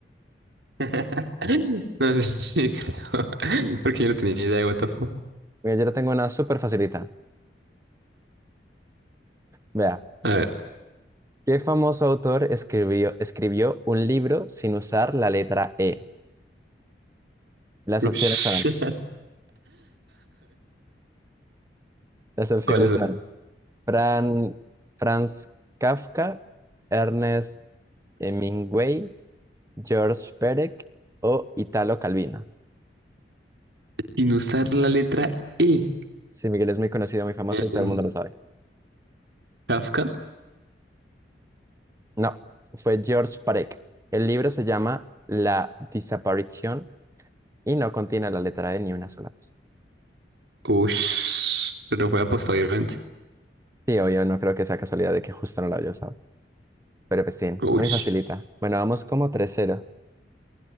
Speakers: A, on the right; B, on the right.
A: <laughs> No sé sí, creo. <laughs> Porque yo no tenía idea de what the fuck.
B: Mira, yo le tengo una súper facilita. Vea,
A: A ver.
B: ¿qué famoso autor escribió, escribió un libro sin usar la letra E? Las
A: Ush.
B: opciones son
A: <laughs>
B: Las opciones
A: ¿Cuáles son?
B: son Fran, Franz Kafka, Ernest Hemingway, George Perec o Italo Calvino.
A: Sin usar la letra E.
B: Sí, Miguel es muy conocido, muy famoso y todo
A: Em,
B: el mundo lo sabe.
A: Kafka.
B: No, fue George Perec. El libro se llama La desaparición y no contiene la letra de ni una sola vez.
A: Ush. Pero fue apostado, obviamente.
B: Sí, obvio, no creo que sea casualidad de que justo no lo haya usado. Pero pues sí,
A: Ush.
B: muy facilita. Bueno, vamos como tres cero